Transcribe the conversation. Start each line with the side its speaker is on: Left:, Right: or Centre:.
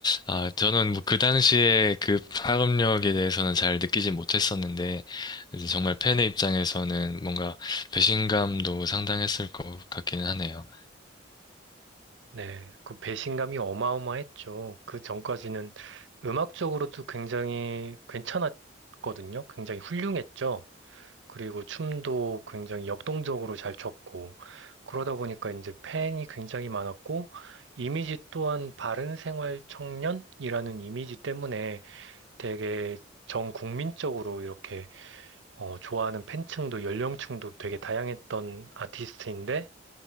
Left: 아, 저는 뭐 그 당시에 그 파급력에 대해서는 잘 느끼지 못했었는데, 이제 정말 팬의 입장에서는 뭔가 배신감도 상당했을 것 같기는 하네요.
Right: <laughs> 네, 그 배신감이 어마어마했죠. 그 전까지는 음악적으로도 굉장히 괜찮았거든요. 굉장히 훌륭했죠. 그리고 춤도 굉장히 역동적으로 잘 췄고, 그러다 보니까 이제 팬이 굉장히 많았고, 이미지 또한 바른 생활 청년이라는 이미지 때문에 되게 전 국민적으로 이렇게 어, 좋아하는 팬층도 연령층도 되게 다양했던 아티스트인데,